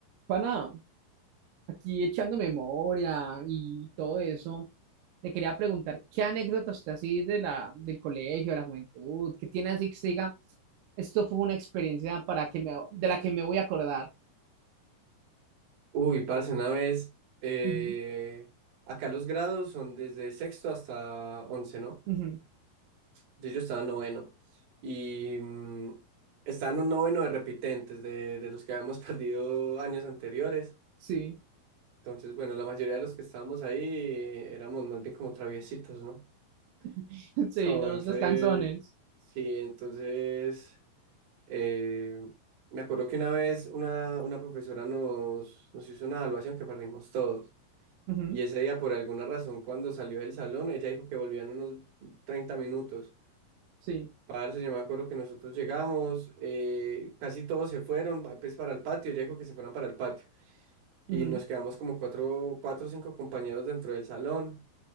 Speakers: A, on the right; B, on the right.
A: Pana, aquí echando memoria y todo eso, le quería preguntar qué anécdotas usted así de la, del colegio, de la juventud, qué tiene así que se diga, esto fue una experiencia para que me, de la que me voy a acordar.
B: Uy, parce, una vez, eh,
A: Ujú,
B: acá los grados son desde sexto hasta once, ¿no?
A: ujú,
B: Entonces yo estaba en noveno y mm, estaba en un noveno de repitentes, de, de los que habíamos <laughs> perdido años anteriores.
A: Sí,
B: Entonces, bueno, la mayoría de los que estábamos ahí eh, éramos más bien como traviesitos, ¿no?
A: <laughs>
B: <laughs>
A: sí,
B: Entonces,
A: los, los canzones.
B: sí, entonces, eh, me acuerdo que una vez una, una profesora nos, nos hizo una evaluación que perdimos todos.
A: Ujú,
B: Y ese día, por alguna razón, cuando salió del salón, ella dijo que volvían unos 30 minutos.
A: Sí,
B: Parce, yo me acuerdo que nosotros llegamos, eh, casi todos se fueron, pa- pues para el patio, ella dijo que se fueran para el patio. Y
A: ujú.
B: nos quedamos como cuatro, cuatro o cinco compañeros dentro del salón,